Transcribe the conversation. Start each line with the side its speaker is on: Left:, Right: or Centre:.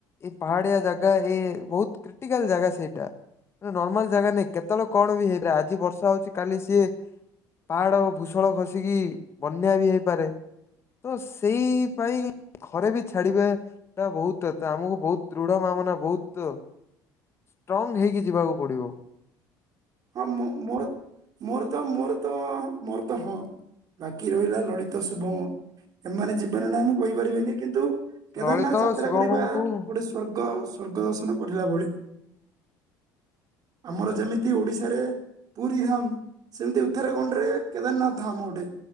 Left: ଏ ପାହାଡିଆ ଜାଗା ଏ ବହୁତ କ୍ରିଟିକାଲ ଜାଗା ସେଇଟା। ନର୍ମାଲ ଜାଗା ନାହିଁ କେତେବେଳେ କଣ ବି ହେଇଲା ଆଜି ବର୍ଷା ହଉଛି କାଲି ସିଏ ପାହାଡ଼ ଭୂତଳ ଖସିକି ବନ୍ୟା ବି ହେଇପାରେ। ତ ସେଇ ପାଇଁ ଘରେ ବି ଛାଡିବା ଟା ବହୁତତ ଆମକୁ ବହୁତ ଦୃଢ ଭାବନା ବହୁତ ଷ୍ଟ୍ରଙ୍ଗ ହେଇକି ଯିବାକୁ ପଡ଼ିବ।
Right: ହଁ ମୁଁ ମୋର ମୋର। ତ ମୋର ତ ମୋର ତ ହଁ ବାକି ରହିଲା ଲଳିତା ଶୁଭମ ଏମାନେ ଜୀବନ ନାହିଁ ମୁଁ କହିପାରିବିନି କିନ୍ତୁ କେଦାରନାଥ
Left: ଲଳିତ
Right: ଯାତ୍ରା
Left: ଶିବମଙ୍କୁ
Right: କରିବା ଗୋଟେ ସ୍ୱର୍ଗ ସ୍ଵର୍ଗ ଦର୍ଶନ କରିଲା ଭଳି ଆମର ଯେମିତି ଓଡିଶାରେ ପୁରୀ ଧାମ ସେମିତି ଉତ୍ତରାଖଣ୍ଡ ରେ କେଦାରନାଥ ଧାମ ଗୋଟେ।